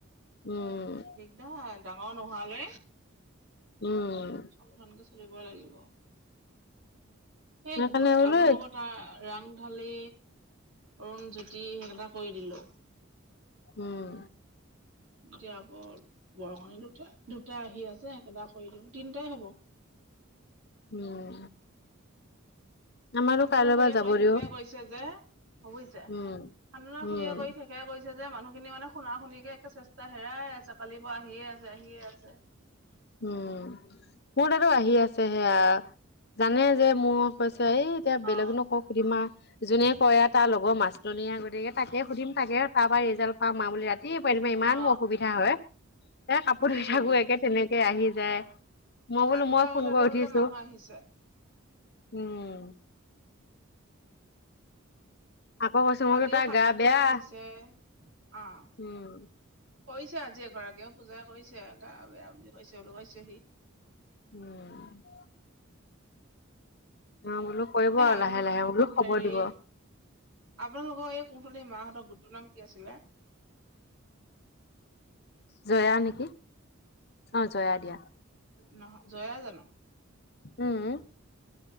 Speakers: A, on the left; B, on the right.
A: উম,
B: দিগদাৰ ডাঙৰ নোহোৱালৈ।
A: উম।
B: সাৱধানকে চলিব লাগিব, এই
A: সেইকাৰণে
B: গোট
A: বোলো
B: আপোনালোকৰ তাৰ ৰাংঢালি, অৰুণজ্যোতি সেইকেইটা কৰি দিলো।
A: উম।
B: এতিয়া আকৌ বৰঙণি দু উঠে দুটা আহি আছে, এইকেইটা কৰি দিওঁ, তিনটাই হ'ব।
A: উম। আমাৰো
B: শান্তনু
A: কাইলৈ
B: খুৰীয়ে
A: পৰা যাব
B: কৰি শেষেই
A: দিও
B: কৰিছে যে, বুজিছা?
A: উম
B: শান্তনু খুৰীয়ে
A: উম
B: কৰি শেষেই কৰিছে। যে মানুহখিনি মানে শুনা শুনিকে একে চেষ্টা হেৰাই আছে, কালিৰ পৰা আহিয়ে আছে, আহিয়ে আছে।
A: উম, মোৰ তাতো আহি আছে সেইয়া, জানেই যে মোৰ এই এতিয়া বেলেগনো
B: অ
A: কাক সুধিম আ যোনে কয় আৰু, তাৰ লগৰ মাষ্টৰনীয়েই, গতিকে তাকে সুধিম তাকে তাৰ পৰা ৰিজাল্ট পাম আৰু বুলি ৰাত কি <unintelligible> <unintelligible> ইমান
B: অ
A: মোৰ অসুবিধা হয়। এই কাপোৰ
B: সেইটোৱেতো
A: ধুই থাকো, একে তেনেকেই আহি যায়। মই
B: সাতটা
A: বোলো মই
B: বজাতে
A: ফোন কৰি উঠিছোঁ।
B: বোলে মানুহ আহিছে
A: উম। আকৌ কৈছো
B: কালিও
A: মই বোলো তাৰ
B: সাতটাতেই
A: গা বেয়া
B: আহিছে, অহ।
A: উম
B: কৰিছে আজি এগৰাকীয়েও পূজা কৰিছে, গা বেয়া বুলি কৈছে বোলো কৈছে সি
A: উম। অ বোলো কৰিব
B: এ,
A: আৰু লাহে লাহে বোলো খবৰ
B: হেৰি
A: দিব
B: আপোনালোকৰ এই কুলি মাহঁতক গোটটোৰ নাম কি আছিলে?
A: জয়া নেকি? অ', জয়া দিয়া।
B: নহয়, জয়া জানো?
A: উম।